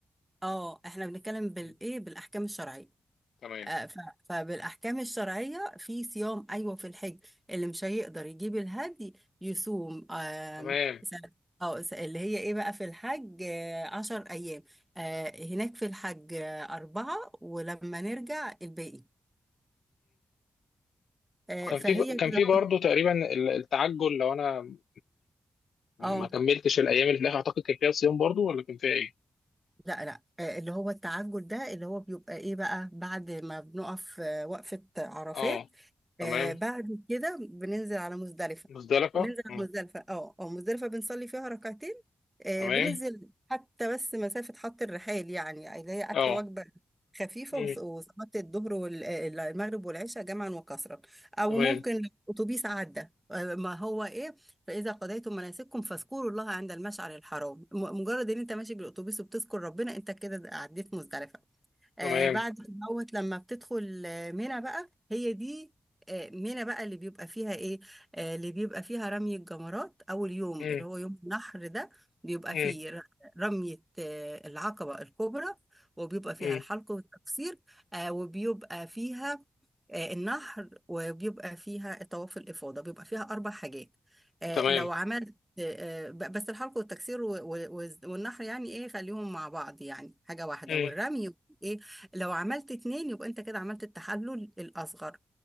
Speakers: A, on the right; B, on the left.
A: اه احنا بنتكلم بالايه
B: مم.
A: بالاحكام الشرعيه
B: تمام
A: آه، ف- فبالاحكام الشرعيه في صيام ايوه في الحج اللي مش هيقدر يجيب الهدي يصوم آم،
B: تمام
A: س- اه س- اللي هي ايه بقى في الحج آه، عشر ايام آه، هناك في الحج آه، اربعه ولما نرجع الباقي آه،
B: وكان
A: فهي
B: في كان
A: كده
B: في برضه
A: اهو
B: تقريبا ال- التعجل لو انا م- ما
A: آه.
B: كملتش الايام اللي في الاخر اعتقد كان فيها صيام برضه ولا كان فيها ايه؟
A: لا لا آه، اللي هو التعجل ده اللي هو بيبقى ايه بقى بعد ما بنقف آه، وقفة عرفات
B: اه تمام
A: آه، بعد كده بننزل على مزدلفة
B: مزدلفه
A: وننزل على
B: مم.
A: مزدلفة اه اه مزدلفة بنصلي فيها ركعتين آه،
B: تمام
A: بننزل حتى بس مسافة حط الرحال يعني اللي هي أكل
B: اه
A: وجبة خفيفة
B: مم.
A: وص- وصلاة الظهر والمغرب والعشاء جمعا وكسرا أو
B: تمام
A: ممكن أتوبيس عدى آه، ما هو إيه فإذا قضيتم مناسككم فاذكروا الله عند المشعر الحرام م- مجرد إن أنت ماشي بالأتوبيس وبتذكر ربنا أنت كده عديت مزدلفة آه
B: تمام
A: بعد كدهوت لما بتدخل آه، منى بقى هي دي آه، منى بقى اللي بيبقى فيها ايه آه، اللي بيبقى فيها رمي الجمرات اول يوم
B: مم.
A: اللي هو يوم النحر ده بيبقى
B: مم.
A: فيه ر- رمية آه، العقبة الكبرى وبيبقى فيها
B: مم.
A: الحلق والتقصير آه، وبيبقى فيها آه، النحر وبيبقى فيها طواف الإفاضة بيبقى فيها أربع حاجات آه،
B: تمام
A: لو عملت آه، آه، ب- بس الحلق والتكسير و- و- والنحر يعني إيه خليهم مع بعض يعني حاجة واحدة
B: مم.
A: والرمي إيه لو عملت اتنين يبقى انت كده عملت التحلل الأصغر